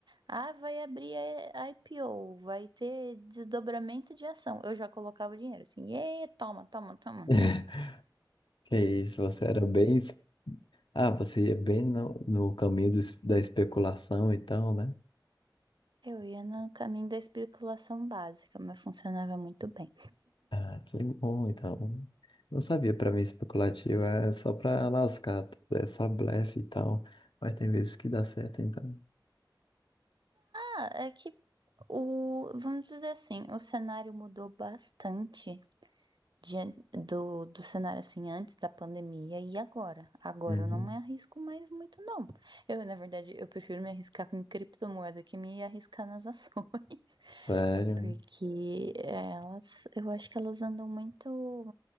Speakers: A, on the right; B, on the left.
A: Ah, vai abrir a IPO, vai ter desdobramento de ação. Eu já colocava o dinheiro assim, e toma, toma, toma.
B: <laughs> que isso, você era bem. es- Ah, você ia bem no, no caminho do es- da especulação e tal, né?
A: Eu ia no caminho da especulação básica, mas funcionava muito bem.
B: Ah, que bom, então. Não sabia, pra mim especulativo é só pra lascar, é só blefe e tal. Mas tem vezes que dá certo, então.
A: Ah, é que o, vamos dizer assim, o cenário mudou bastante diante do, do cenário assim antes da pandemia e agora. Agora
B: Uhum.
A: eu não me arrisco mais muito, não. Eu, na verdade, eu prefiro me arriscar com criptomoeda que me arriscar nas ações, <laughs>
B: Sério.
A: porque elas, eu acho que elas andam muito